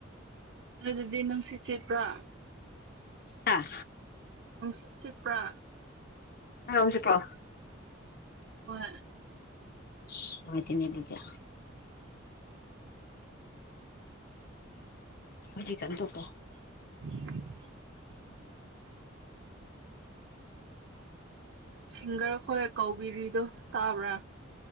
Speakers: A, on the right; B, on the left.
A: ꯑꯗꯨꯗꯤ ꯅꯨꯡꯁꯤꯠ ꯆꯦꯄ꯭ꯔꯥ
B: ꯑ
A: ꯪꯁꯤꯁꯤꯄ꯭ꯔꯥ
B: ꯔꯝꯁꯤꯄ꯭ꯔꯣ
A: ꯍꯣꯏ
B: ꯁꯃꯥꯏ ꯇ ꯃꯤ ꯂꯩꯖ ꯍꯧꯖꯤ ꯀꯗꯄ
A: <inaudible> ꯁꯤꯡꯒꯔ ꯍꯣꯏ ꯀꯧꯕꯥꯎꯤꯔꯤꯗꯣ ꯇꯥꯕ꯭ꯔꯥ